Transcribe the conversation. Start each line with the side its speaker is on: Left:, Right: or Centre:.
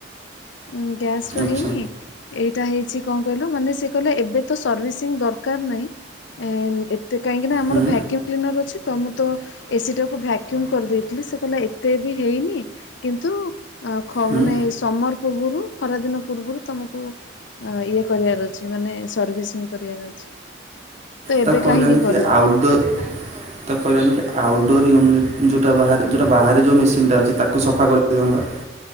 Left: ଉଁ ଗ୍ୟାସ ର
Right: ଆଚ୍ଛା
Left: ହେଇନି। ଏଇଟା ହେଇଛି କଁ କହିଲ ମାନେ ସେ କହିଲା ଏବେ ତ ସର୍ଭିସିଂ ଦରକାର ନାହିଁ ଏଁ ତ କାହିଁକିନା ଆମର
Right: ହୁଁ
Left: ଭାକ୍ୟୁମ୍ କ୍ଲିନର ଅଛି। ତ ମୁଁ ତ ଏସି ଟାକୁ ଭ୍ୟାକ୍ୟୁମ କରିଦେଇଥିଲି ସେ କହିଲା ଏତେ ବି ହେଇନି କିନ୍ତୁ। ଅ ଖ
Right: ହୁଁ
Left: ମାନେ ଏଇ ସମର ପୂର୍ବରୁ ଖରାଦିନ ପୂର୍ବରୁ ତମକୁ। ଆ ଇଏ କରିବାର ଅଛି ମାନେ ସର୍ଭିସିଂ କରିବାର ଅଛି। ତ ଏବେ
Right: ତାକୁ କହିଲନି
Left: କାହିଁକି
Right: କି
Left: କରିବ
Right: ଆଉଟ୍ଡୋର୍। ତାକୁ କହିଲନି କି ଆଉଟ ଡୋର୍ ୟୁନିଟ୍ ଯୋଉଟା ବାହାରେ ଯୋଉଟା ବାହାରେ ଯୋଉ ମେସିନ୍ଟା ଅଛି ତାକୁ ସଫା କରିଦେଇଥାନ୍ତା।